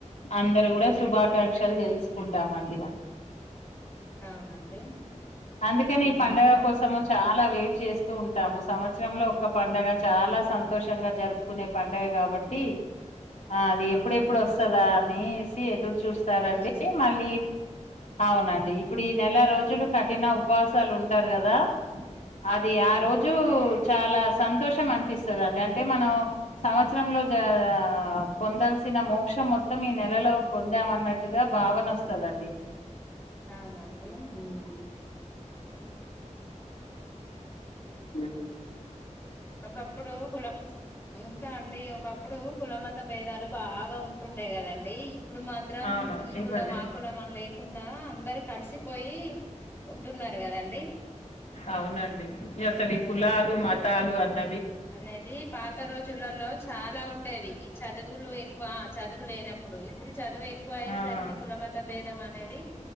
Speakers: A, on the left; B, on the left.
A: అందరు కూడా
B: ఉమ్
A: శుభాకాంక్షలు తెలుస్ తీసుకుంటామండి
B: అవునండి
A: అందుకని
B: ఉహు
A: ఈ పంండగ
B: ఓ
A: కోసము చాల్ అ వెయిట్ చేస్తూ ఉంటాము సంవత్సరంలో ఒక పండగ చాలా సంతోషంగా జరుపుకునే పండగ కాబట్టి ఆ అది
B: అవునవును
A: ఎప్పుడెప్పుడు వస్తందా
B: ఉమ్
A: అనేసి ఎదురు చూస్తారండి
B: ఎదురు చూస్తారు
A: మళ్ళీ అవునండి ఇప్పుడు ఈ నెల రోజులు కఠిన ఉపవాసాలు ఉంటారు కదా అది ఆ
B: అవును
A: రోజు చాలా సంతోషం అనిపిస్తుందండి అంటే మనం సంవత్సరంలో జ పొందాల్సిన మోక్షం మొత్తం ఈ నెలలో పొందామన్నట్టుగా భావన వస్తదండి
B: అవునండి హ్మ్
A: హ్మ్ హు
B: ఒకప్పుడు కుల ఇంకా అండి ఒకప్పుడు కుల మత భేదాలు బాగా ఉంటుండే కదండి ఇప్పుడు మాత్రం
A: అవును
B: ఈ
A: ఇవ్వరిది
B: కులం ఆ కులం అని లేకుండా అందరు కలిసిపోయి ఉంటున్నారు కదండి
A: అవునండి అసలు ఈ
B: ఆ
A: కులాలు మత చాలు అన్న
B: అనేది పాత రోజులలో చాలా ఉండేవి ఈ చదువులు ఎక్కువ చదువు లేనప్పుడు ఇప్పుడు చదువు ఎక్కువ అయేసరికి
A: ఆ
B: కుల మత భేదం అనేది